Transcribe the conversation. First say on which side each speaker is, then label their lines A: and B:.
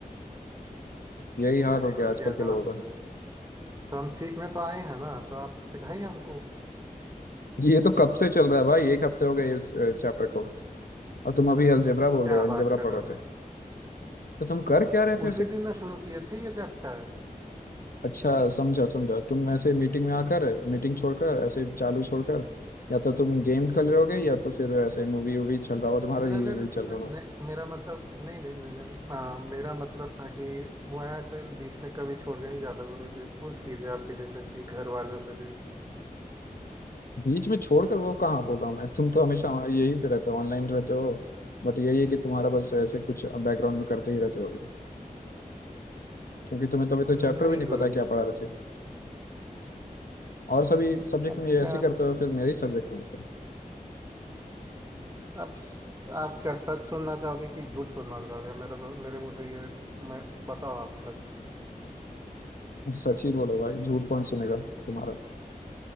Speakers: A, on the left (about 85°); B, on the right (about 25°).
A: यही हाल
B: अरे
A: हो गया
B: गुरु
A: आजकल
B: जी ऐसा
A: के लोगों
B: ना बोलो
A: का
B: यार तो हम सीखने तो आए हैं ना तो आप सिखाइए हमको
A: ये तो कब से चल रहा है भाई एक हफ्ते हो गए इस चैप्टर को और तुम अभी अलजेब्रा बोल
B: क्या
A: रहे हो अलजेब्रा
B: बात कर
A: पढ़
B: रहे
A: रहे
B: हो
A: थे तो तुम कर क्या रहे थे
B: उसी
A: ऐसे
B: दिन ना शुरू किए थे ये चैप्टर
A: अच्छा समझा समझा तुम ऐसे मीटिंग में आकर मीटिंग छोड़कर ऐसे चालू छोड़कर या तो तुम गेम खेल रहे होगे या तो फिर ऐसे मूवी वूवी चल रहा होगा तुम्हारा
B: नहीं
A: रील
B: नहीं
A: वील चल
B: नहीं
A: रहा होगा
B: नहीं, मेरा मतलब नहीं नहीं नहीं नहीं आ, मेरा मतलब था कि वो ऐसे बीच में कभी छोड़ के नहीं जाता गुरु जी पूछ लीजिए आप किसी से भी घर वालों से भी
A: बीच में छोड़कर वो कहाँ बोल रहा हूँ मैं तुम तो हमेशा यही पे रहते हो ऑनलाइन रहते हो बट यही है कि तुम्हारा बस ऐसे कुछ बैकग्राउंड में करते ही रहते हो क्योंकि तुम्हें तभी तो
B: नहीं
A: चैप्टर भी नहीं पता
B: गुरु जी
A: क्या पढ़ा रहे थे और सभी सब्जेक्ट
B: अब
A: में ये
B: क्या
A: ऐसे ही करते हो फिर मेरे ही सब्जेक्ट में ऐसे
B: आप आप क्या सच सुनना चाहोगे कि झूठ सुनना चाहोगे मेरे को मेरे मुंह से ये मैं बताओ आप बस
A: सच ही बोलो भाई झूठ कौन सुनेगा तुम्हारा